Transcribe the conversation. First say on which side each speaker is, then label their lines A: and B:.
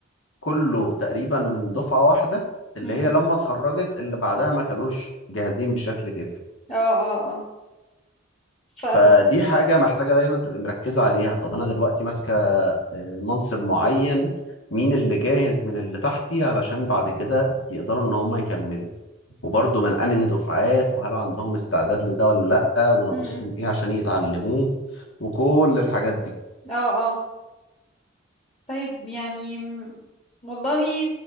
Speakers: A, on the left (about 70°); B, on the left (about 25°).
A: كله تقريبا من دفعة واحدة اللي
B: امم
A: هي لما اتخرجت اللي بعدها ما كانوش جاهزين بشكل كافي
B: اه اه اه ف
A: فدي
B: امم
A: حاجة محتاجة دايما تبقى مركزة عليها طب أنا دلوقتي ماسكة آه، منصب معين مين اللي جاهز من اللي تحتي علشان بعد كده يقدروا إن هم يكملوا وبرضه من أنهي دفعات وهل عندهم استعداد لده ولا لأ وناقصهم
B: امم
A: إيه عشان يتعلموه وكل الحاجات دي
B: اه اه طيب يعني م- والله